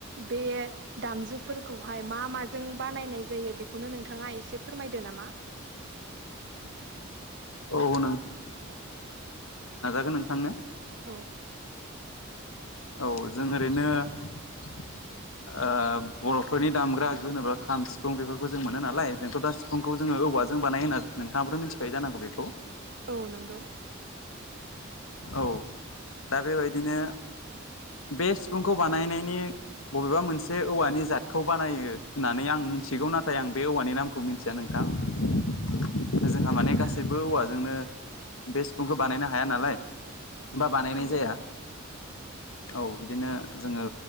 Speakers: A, on the right; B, on the left.
A: बे दामजुफोरखौहाय मा माजों बानायनाय जायो बेखौनो नोंथाङा एसे फोरमायदो नामा
B: <inaudible> औ हो नोंथांनो
A: औ
B: औ जों ओरैनो ओ बर'फोरनि दामग्रा आगु होनोब्ला खाम सिफुं बेफोरखौ जों मोनो नालाय जोंथ' दा सिफुंखौ जोङो औवा- जों बानायो होना नोंथांआथ मिथियो जांनांगौ बेखौ
A: औ नंगौ
B: औ दा बेबायदिनो बे सिफुंखौ बानायनायनि बबेबा मोनसे औवानि जादखौ बानायो होननानै आं मिथिगौ नाथाय आं बे औवानि नामखौ मिन्थिया नोंथां <inaudible> जोंहा माने गासैबो
A: औ
B: औवाजोंनो बे सिफुंखौ बानायनो हाया नालाय बा बानायनाय
A: औ
B: जाया औ बिदिनो जोङो